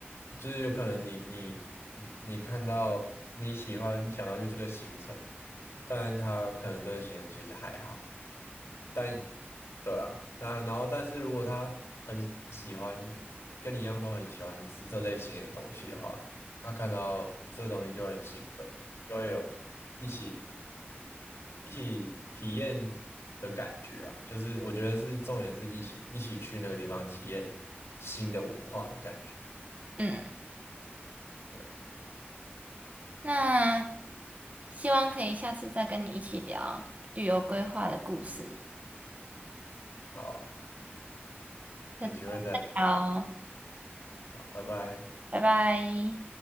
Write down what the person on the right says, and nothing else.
嗯，
那希望可以下次再跟你一起聊旅游规划的故事。
就好，
拜拜。